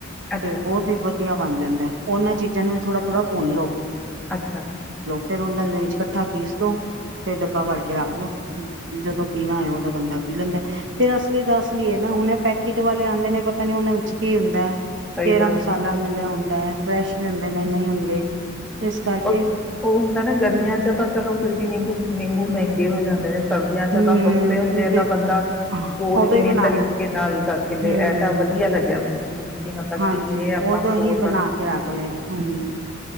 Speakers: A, in the centre; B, on the right.
A: ਅੱਛਾ
B: ਤੇ ਬਹੁਤ
A: ਅੱਛਾ
B: ਹੀ ਵਧੀਆ ਬਣ ਜਾਂਦਾ ਐ। ਉਹਨਾਂ ਚੀਜ਼ਾਂ ਨੂੰ ਵੀ ਥੋੜ੍ਹਾ ਥੋੜ੍ਹਾ ਭੁੰਨ ਲੋ।
A: ਅੱਛਾ -ਅੱਛਾ-ਅੱਛਾ
B: ਫੇਰ ਉਹਨਾਂ ਦੇ ਵਿੱਚ ਇਕੱਠਾ ਪੀਸ ਲੋ। ਫਿਰ ਡੱਬਾ ਭਰ ਕੇ ਰੱਖ ਲਓ। ਜਦੋਂ ਪੀਣਾ ਹੋ ਉਦੋਂ ਬੰਦਾ ਪੀ ਲੈਂਦਾ ਫੇਰ ਅ ਇਸ ਲਈ ਦੱਸ ਲਈਏ ਨਾ ਹੁਣ ਪੈਕਟ ਵਾਲੇ ਆਉਂਦੇ ਨੇ ਪਤਾ ਨੀ ਉਹਨਾਂ ਵਿੱਚ ਕੀ ਹੁੰਦਾ
A: ਸਹੀ
B: ਕਿਹੜਾ
A: ਗੱਲ
B: ਮਸਾਲਾ
A: ਹੈ
B: ਮਿਲਿਆ ਹੁੰਦਾ ਹੈ। ਫਰੈਸ਼ ਵੀ ਹੁੰਦੇ ਨੇ ਨਹੀਂ ਹੁੰਦੇ। ਇਸ ਕਰਕੇ।
A: ਉਹ ਉਹ ਹੁੰਦਾ ਨਾ ਗਰਮੀਆਂ ਚ ਤਾਂ ਚਲੋ ਫਿਰ ਵੀ ਨੀ ਭੁਕ। ਮਹਿੰਗੇ ਹੋ ਜਾਂਦੇ ਨੇ। ਸਰਦੀਆਂ ਚਦ
B: ਹਮ
A: ਸਸਤੇ ਹੁੰਦੇ ਆ
B: ਬਿਲਕੁਲ
A: ਤਾਂ ਬੰਦਾ ਸਟੋਰ
B: ਉਦੋਂ
A: ਇਵੇਂ
B: ਹੀ ਬਣਾ
A: ਤਰੀਕੇ
B: ਲਏ
A: ਨਾਲ ਕਰਕੇ ਲੈ
B: ਹਮ
A: ਇਹ ਤਾਂ ਵਧੀਆ ਲੱਗਿਆ ਮੈਨੂੰ ਵੀ ਕਿ ਮਤਲਬ
B: ਹਾਂਜੀ
A: ਕਿ ਇਵੇਂ ਆਪਾਂ
B: ਉਦੋਂ
A: ਸਟੋਰ
B: ਹੀ ਬਣਾ
A: ਕਰ ਸਕਦੇ
B: ਕੇ
A: ਆ।
B: ਰੱਖ ਲਏ ਹਮ